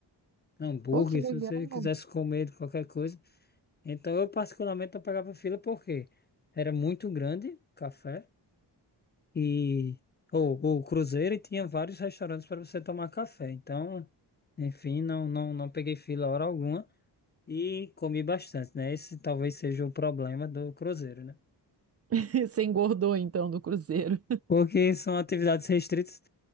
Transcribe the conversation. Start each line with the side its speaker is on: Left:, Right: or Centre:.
Left: Hambúrguer,
Right: Pô, que legal.
Left: se você quisesse comer qualquer coisa. Então eu particularmente não pegava fila porque era muito grande o café e ou ou o cruzeiro e tinha vários restaurantes para você tomar café. Então, enfim, não não não peguei fila hora alguma e comi bastante, né? Esse talvez seja o problema do cruzeiro, né?
Right: <laughs> Você engordou então do cruzeiro.
Left: Porque são atividades restritas,